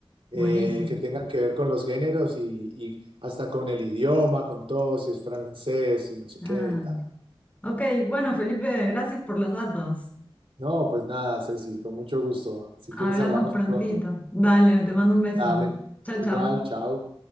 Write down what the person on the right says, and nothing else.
eh,
que tengan que ver con los géneros y, y hasta con el idioma, con todo, si es francés, si no sé
qué y tal.
No, pues nada, Ceci, con mucho gusto. Si
quieres hablamos
pronto.
Dale,
igual,
chao.